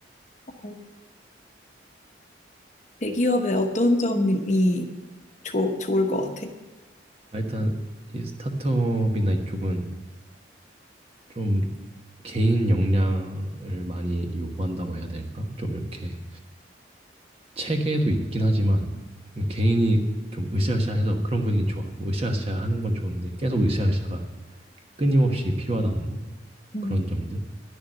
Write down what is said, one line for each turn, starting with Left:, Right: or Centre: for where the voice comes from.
Left: 어, 대기업의 어떤 점이 좋, 좋을 것 같아?
Right: 아, 일단 이 스타트업이나 이쪽은 좀 개인 역량을 많이 요구한다고 해야 될까? 좀 이렇게 체계도 있긴 하지만 이거 개인이 좀 으쌰으쌰해서 그런 분위기는 좋아. 뭐 으쌰으쌰 하는 건 좋은데 계속 으쌰으쌰가 끊임없이 필요하다는 거
Left: 음,
Right: 그런 점들.